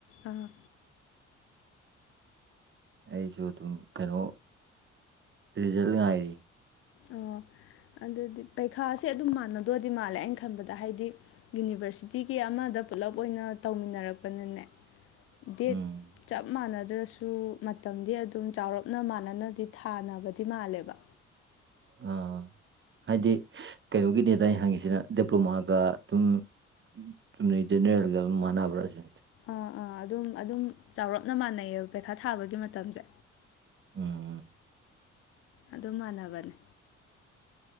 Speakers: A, on the left; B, on the right.
A: ꯑꯥ
B: ꯑꯩꯁꯨ ꯑꯗꯨꯝ ꯀꯩꯅꯣ ꯔꯤꯖꯜ ꯉꯥꯏꯔꯤ
A: ꯑꯣ ꯑꯗꯨꯗꯤ ꯄꯩꯈꯥꯁꯦ ꯑꯗꯨꯝ ꯃꯥꯟꯅꯗꯣꯏꯔꯗꯤ ꯃꯥꯜꯂꯦ ꯑꯩꯅ ꯈꯟꯕꯗ ꯍꯥꯏꯗꯤ ꯌꯨꯅꯤꯚꯔꯁꯤꯇꯤꯒꯤ ꯑꯃꯗ ꯄꯨꯜꯂꯞ ꯑꯣꯏꯅ ꯇꯧꯃꯤꯟꯅꯔꯛꯄꯅꯅꯦ ꯗꯦꯠ
B: ꯎꯝ
A: ꯆꯞ ꯃꯥꯟꯅꯗ꯭ꯔꯁꯨ ꯑꯗꯨ ꯃꯇꯝꯗꯤ ꯑꯗꯨꯝ ꯆꯥꯎꯔꯞꯅ ꯃꯥꯟꯅꯅꯗꯤ ꯊꯥꯅꯕꯗꯤ ꯃꯥꯜꯂꯦꯕ
B: ꯑ ꯍꯥꯏꯗꯤ ꯀꯩꯅꯣꯒꯤꯅꯦꯗ ꯑꯩꯅ ꯍꯪꯉꯤꯁꯤꯅ ꯗꯤꯄ꯭ꯂꯣꯃꯥꯒ ꯑꯗꯨꯝ ꯆꯨꯝꯅ ꯖꯦꯅꯔꯦꯜꯒ ꯑꯗꯨꯝ ꯃꯥꯟꯅꯕ꯭ꯔꯥ ꯁꯤ
A: ꯑꯥ ꯑꯥ ꯑꯗꯨꯝ ꯑꯗꯨꯝ ꯆꯥꯎꯔꯞꯅ ꯃꯥꯟꯅꯩꯑꯌꯦꯕ ꯄꯩꯈꯥ ꯊꯥꯕꯒꯤ ꯃꯇꯝꯁꯦ
B: ꯎꯝ ꯎꯝ
A: ꯑꯗꯨ ꯃꯥꯟꯅꯕꯅꯦ